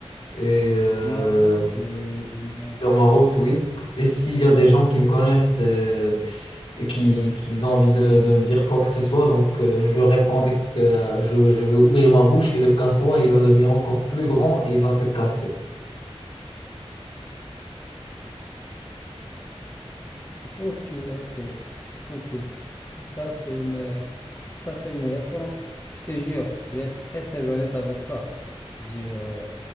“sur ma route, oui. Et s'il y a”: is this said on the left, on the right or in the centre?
Left